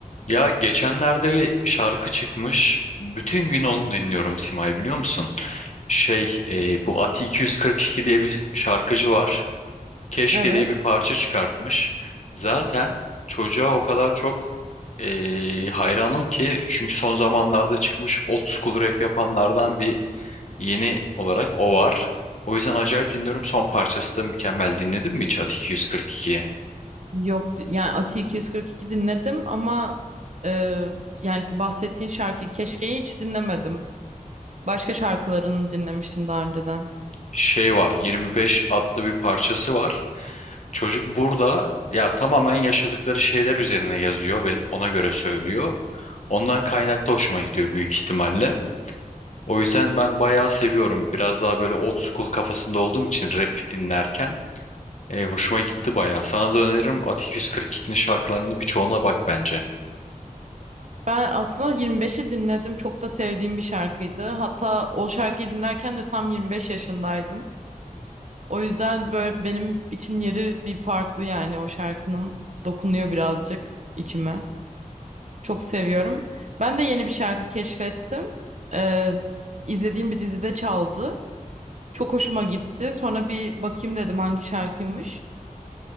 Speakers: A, on the left; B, on the right.
A: Ya geçenlerde bir şarkı çıkmış. Bütün gün onu dinliyorum Simay biliyor musun? Şey e, bu Ati 242 diye bir şarkıcı var. Keşke
B: Evet.
A: diye bir parça çıkartmış. Zaten çocuğa o kadar çok e, hayranım ki çünkü son zamanlarda çıkmış old school rap yapanlardan bir yeni olarak o var. O yüzden acayip dinliyorum. Son parçası da mükemmel. Dinledin mi hiç Ati 242'yi?
B: Yok yani Ati 242 dinledim ama e, yani bahsettiğin şarkı Keşke'yi hiç dinlemedim. Başka şarkılarını dinlemiştim daha önceden.
A: Şey var 25 adlı bir parçası var. Çocuk burada ya tamamen yaşadıkları şeyler üzerine yazıyor ve ona göre söylüyor. Ondan kaynaklı hoşuma gidiyor büyük ihtimalle. O yüzden ben bayağı seviyorum. Biraz daha böyle old school kafasında olduğum için rap dinlerken e, hoşuma gitti bayağı. Sana da öneririm Atik 142'nin şarkılarının birçoğuna bak bence.
B: Ben aslında 25'i dinledim. Çok da sevdiğim bir şarkıydı. Hatta o şarkıyı dinlerken de tam 25 yaşındaydım. O yüzden böyle benim için yeri bir farklı yani o şarkının dokunuyor birazcık içime. Çok seviyorum. Ben de yeni bir şarkı keşfettim. E, izlediğim bir dizide çaldı. Çok hoşuma gitti. Sonra bir bakayım dedim hangi şarkıymış.